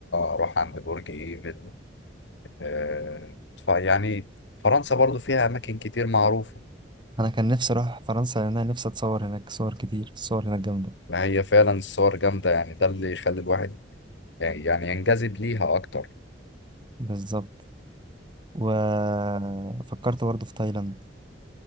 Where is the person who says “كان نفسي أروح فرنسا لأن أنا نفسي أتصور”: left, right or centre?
Right